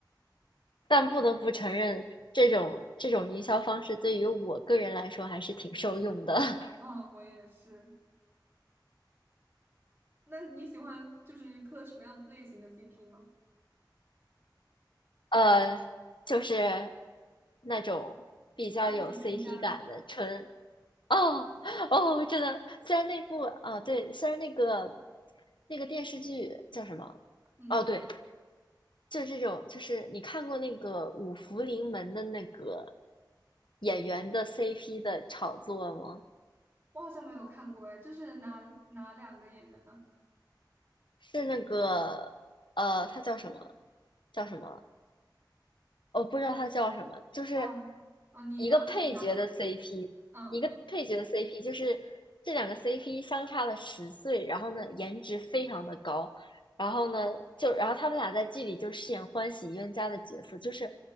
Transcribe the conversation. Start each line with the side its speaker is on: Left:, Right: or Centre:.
Left: 但不得不承认，这种这种营销方式对于我个人来说还是挺受用的。<laughs>
Right: 嗯，我也是。那你喜欢就是磕什么样的类型的 CP 吗？
Left: 呃，就是那种比较有
Right: 欢喜冤家。
Left: CP 感的纯 <laughs> 哦哦，真的，虽然那部啊，对，虽然那个那个电视剧叫什么？
Right: 嗯，
Left: 哦，对，就是这种，就是你看过那个五福临门的那个演员的 CP 的炒作吗？
Right: 我好像没有看过哎，这是哪哪两个演员呢？
Left: 是那个呃，他叫什么？叫什么？我不知道它叫什么，就是
Right: 啊啊，你描述一下吧。
Left: 一个配角的 CP，
Right: 嗯，
Left: 一个配角的 CP，就是这两个 CP 相差了十岁，然后呢颜值非常的高，然后呢就然后他们俩在剧里就饰演欢喜冤家的角色，就是